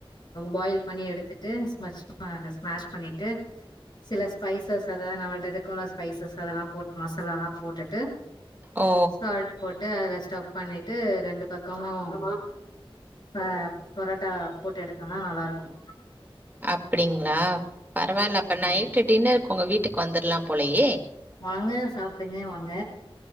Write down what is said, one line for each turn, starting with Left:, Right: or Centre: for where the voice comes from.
Left: பாயில் பண்ணி எடுத்துட்டு ஸ்மஷ ஸ்மாஷ் பண்ணிட்டு சில ஸ்பைசஸ் அதாவது நம்மள்கிட்ட இருக்கல ஸ்பைசஸ் அதெல்லாம் போட்டு மசால எல்லாம் போட்டுட்டு
Right: ஓ
Left: சால்ட் போட்டு அதுல ஸ்டப் பண்ணிட்டு ரெண்டு பக்கமும் ஆஹ பரோட்டா போட்டு எடுத்தோனா நல்லா இருக்கும்
Right: அப்படிங்களா பரவாயில்ல அப்ப நைட்டு் டின்னர் உங்க வீட்டுக்கு வந்துடலாம் போலையே
Left: வாங்க சாப்பிடுங்க வாங்க